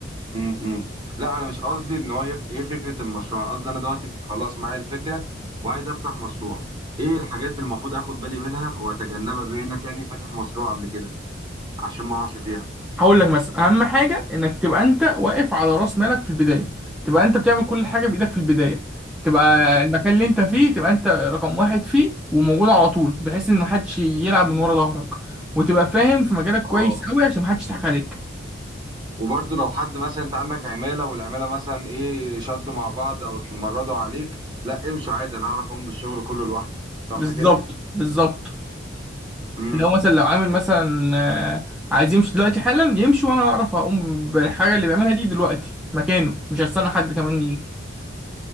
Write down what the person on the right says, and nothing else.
امم لا انا مش قصدي ان هو يف... ايه فكره المشروع أنا قصدي انا دلوقتي خلاص معايا الفكره وعايز افتح مشروع ايه الحاجات اللي المفروض اخد بالي منها واتجنبها بما انك يعني فاتح مشروع قبل كده عشان ما اقعش فيها
تمام
اه
وبرضه لو حد مثلا انت عندك عماله والعماله مثلا ايه شدوا مع بعض او اتمردوا عليك لا امشوا عادي انا اعرف اقوم بالشغل كله لوحدي صح
كده
امم